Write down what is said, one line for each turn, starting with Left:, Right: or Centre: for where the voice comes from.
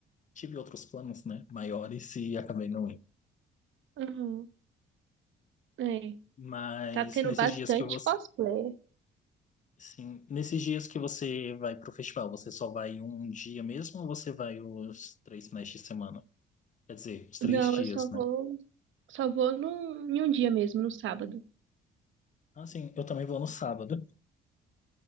Left: tive outros planos, né, maiores e acabei não indo.
Right: Uhum. É.
Left: Mas
Right: Tá tendo
Left: nesses
Right: bastante
Left: dias que eu vou
Right: cosplay.
Left: Sim. Nesses dias que você vai pro festival, você só vai um dia mesmo ou você vai os três finais de semana? Quer dizer, os três
Right: Não,
Left: dias,
Right: eu só vou.
Left: né?
Right: Só vou num, em um dia mesmo, no sábado.
Left: Ah, sim, eu também vou no sábado.